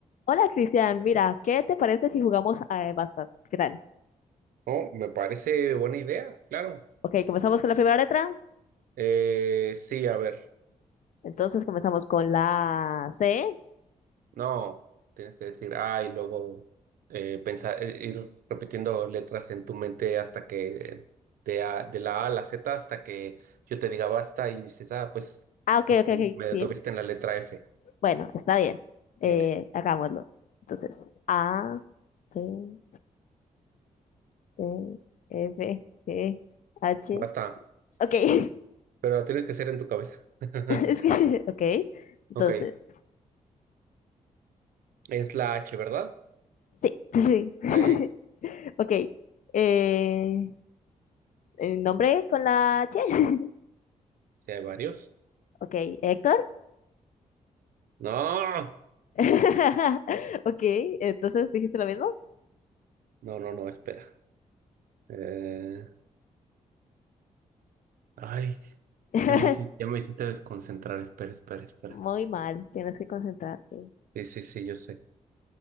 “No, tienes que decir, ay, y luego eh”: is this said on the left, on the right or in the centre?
Right